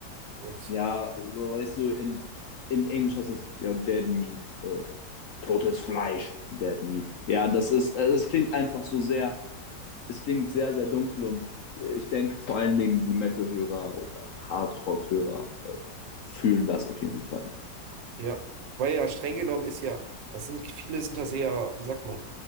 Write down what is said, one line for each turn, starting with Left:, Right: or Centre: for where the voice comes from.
Right: Und
Left: Ja, so weißt du, in, in Englisch heißt das ja Dead Meat, äh, totes Fleisch, Dead Meat. Ja, das ist, äh, es klingt einfach so sehr, es klingt sehr, sehr dunkel und äh, ich denke vor allen Dingen die Metal-Hörer oder Hardrock-Hörer äh, fühlen das auf jeden Fall.
Right: ja, weil ja streng genommen ist ja, das sind, viele sind da sehr, wie sagt man,